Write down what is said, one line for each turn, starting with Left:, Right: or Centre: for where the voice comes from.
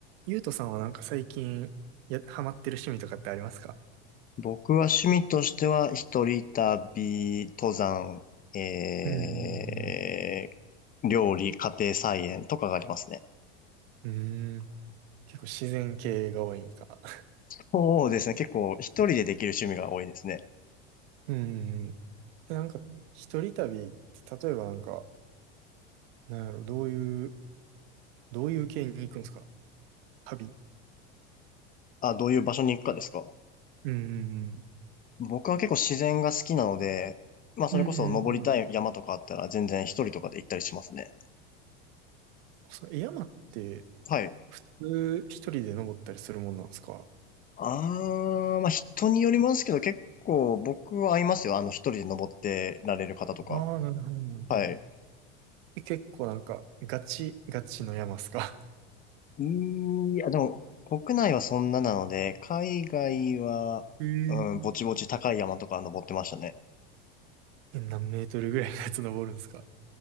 Right: ゆうとさんはなんか最近や、ハマってる趣味とかってありますか
Left: 僕は趣味としては、一人旅、登山、え
Right: うんうん
Left: ー、料理、家庭菜園とかがありますね。
Right: うんうーん。結構自然系が多いんか。<laughs>
Left: そうですね。結構一人でできる趣味が多いですね。
Right: うんうんうん。え、なんか、一人旅って、例えばなんか、なんやろ、どういう、どういう系に行くんですか旅。
Left: あ、どういう場所に行くかですか
Right: うんうん
Left: 僕は結構自然が好きなので、まあそれこそ登りたい山とかあったら全然一人とかで行ったりしますね。
Right: うん。うんうんうん。その、え山って、
Left: はい。
Right: 普通一人で登ったりするもんなんですか
Left: あー、まあ人によりますけど結構僕は合いますよ。あの一人で登ってられる方とか。
Right: ああー、なるほど、なるほど。
Left: はい。
Right: え、結構なんか、ガチ、ガチの山っすか
Left: いや、でも、国内はそんななので、海外は、
Right: え <laughs> えー
Left: うん、ぼちぼち高い山とか登ってましたね。
Right: え、何メートルぐらいのやつ登るんですか